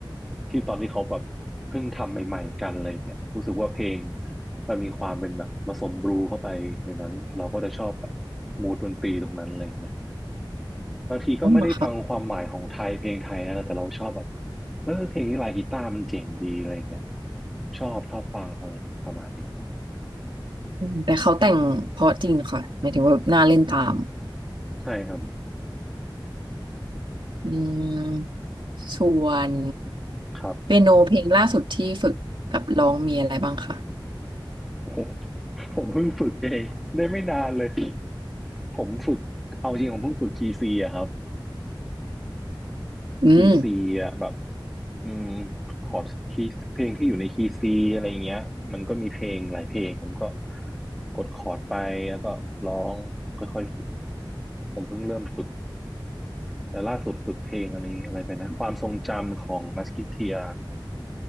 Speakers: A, in the centre; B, on the right.
A: ที่ตอนที่เขาแบบเพิ่งทำใหม่ๆกันอะไรเงี้ยรู้สึกว่าเพลงมันมีความเป็นแบบผสมบลูเข้าไปในนั้นเราก็จะชอบแบบมูดดนตรีตรงนั้นอะไรเงี้ยบางทีก็ไม่ได้ฟังความหมายของไทยเพลงไทยนะแต่เราชอบแบบ
B: อ๋อเหรอคะ
A: เออเพลงนี้ลายกีตาร์มันเจ๋งดีอะไรเงี้ยชอบชอบฟังอะไรอย่างงี้ประมาณนี้
B: อืมแต่เขาแต่งเพราะจริงค่ะหมายถึงว่าน่าเล่นตาม
A: ใช่ครับ
B: อืมส่วน
A: ครับ
B: เปียโนเพลงล่าสุดที่ฝึกกับร้องมีอะไรบ้างคะ
A: โอ้โหผมเพิ่งฝึกเองได้ไม่นานเลยผมฝึกเอาจริงผมเพิ่งฝึกคีย์ซีอะครับ
B: อืม
A: คีย์ซีอ่ะแบบอืมคอร์ดคีย์เพลงที่อยู่ในคีย์ซีอะไรอย่างเงี้ยมันก็มีเพลงหลายเพลงผมก็กดคอร์ดไปแล้วก็ร้องค่อยๆฝึกผมเพิ่งเริ่มฝึกแต่ล่าสุดฝึกเพลงอันนี้อะไรไปนะความทรงจำของมัสคิเทีย